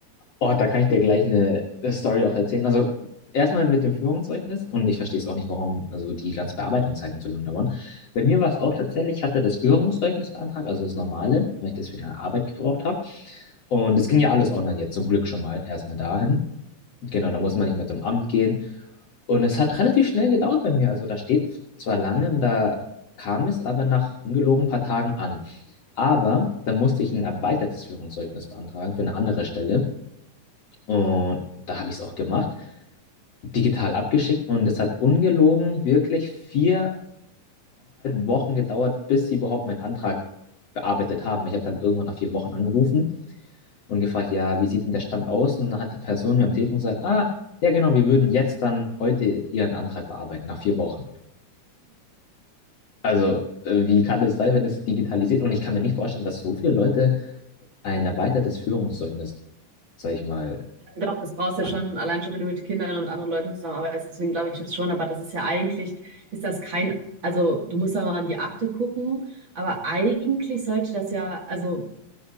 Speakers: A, on the left; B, on the right.
A: Oh, da kann ich dir gleich eine äh, Story auch erzählen. Also erstmal mit dem Führungszeugnis und ich verstehe es auch nicht, warum also die ganzen Bearbeitungszeiten so lange dauern. Bei mir war es auch tatsächlich, ich hatte das Führungszeugnis beantragt, also das normale, weil ich das für die Arbeit gebraucht habe. Und es ging ja alles online jetzt, zum Glück schon mal erstmal dahin. Genau, da muss man nicht mehr zum Amt gehen. Und es hat relativ schnell gedauert bei mir. Also da steht zwar lange, und da kam es aber nach ungelogen ein paar Tagen an. Aber da musste ich ein erweitertes Führungszeugnis beantragen für eine andere Stelle. Und da habe ich es auch gemacht, digital abgeschickt und es hat ungelogen wirklich viereinhalb Wochen gedauert, bis sie überhaupt meinen Antrag bearbeitet haben. Ich habe dann irgendwann nach vier Wochen angerufen und gefragt, ja, wie sieht denn der Stand aus? Und dann hat die Person mir am Telefon gesagt, ah, ja genau, wir würden jetzt dann heute Ihren Antrag bearbeiten, nach vier Wochen. Also, äh, wie kann das sein, wenn es digitalisiert? Und ich kann mir nicht vorstellen, dass so viele Leute ein erweitertes Führungszeugnis, sag ich mal,
B: Doch, das brauchst du
A: an
B: schon, allein schon, wenn du mit Kindern und mit anderen Leuten zusammenarbeitest. Deswegen glaube ich das schon. Aber das ist ja eigentlich, ist das kein, also du musst ja mal an die Akte gucken. Aber eigentlich sollte das ja, also